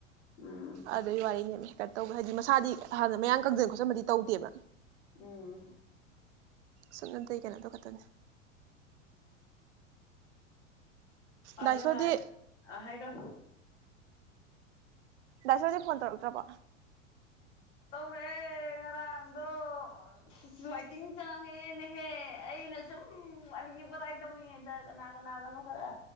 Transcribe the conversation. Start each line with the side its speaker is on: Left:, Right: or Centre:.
Left: ꯎꯝ
Right: ꯑꯗ ꯏ ꯋꯥꯔꯤ ꯌꯦ ꯀ ꯇꯧ ꯍꯥꯏꯗꯤ ꯃꯁꯥꯗꯤ ꯍꯥꯟꯅ ꯃꯌꯥꯝ ꯀꯪꯗꯅ ꯈꯣꯠꯆꯟꯕꯗꯤ ꯇꯧꯗꯦꯕ
Left: ꯎꯝ
Right: ꯁꯨꯞꯅꯇꯩ ꯀꯩꯅꯣꯗꯣ ꯈꯛꯇꯅꯦ
Left: ꯑ ꯑꯗ
Right: ꯗꯥꯏꯁꯣꯗꯤ
Left: ꯍꯥꯏ ꯍꯥꯏꯒ
Right: ꯗꯏꯁꯗꯤ ꯐꯣꯟ ꯇꯔꯛ ꯎ ꯇ꯭ꯔꯔꯕ
Left: ꯇꯧꯔꯛꯑꯦ ꯉꯔꯥꯡꯗꯣ ꯁꯏꯇꯤꯡ ꯆꯥꯡꯉꯦꯅꯦꯍꯦ ꯑꯩꯅ ꯁꯨꯝ ꯋꯥꯔꯤ ꯋꯥꯇꯥꯏ ꯇꯧꯔꯤꯉꯩꯗ ꯀꯅꯥ ꯀꯅꯥꯒꯅꯣ ꯈꯔ